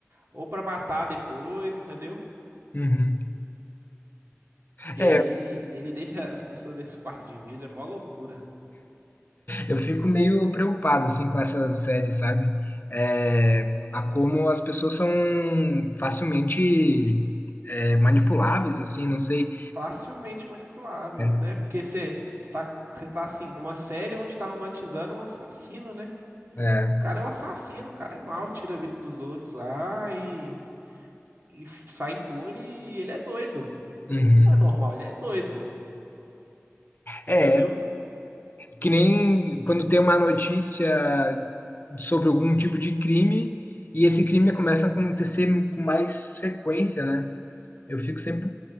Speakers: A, on the right; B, on the left.
A: ou pra matar depois, entendeu?
B: Uhum.
A: E
B: É,
A: aí ele deixa as pessoas nesse quarto de vidro, é mó loucura.
B: Eu fico meio preocupado assim com essas séries, sabe? É, a como as pessoas são facilmente é, manipuláveis, assim, não sei.
A: facilmente manipuláveis,
B: É,
A: né? Porque você está, você tá assim, numa série onde está romantizando um assassino, né?
B: é,
A: O cara é um assassino, o cara é mau, tira a vida dos outros lá e, e sai impune e ele é doido.
B: uhum.
A: Não é normal, ele é doido,
B: É,
A: entendeu?
B: que nem quando tem uma notícia sobre algum tipo de crime e esse crime começa a acontecer com mais frequência, né? Eu fico sempre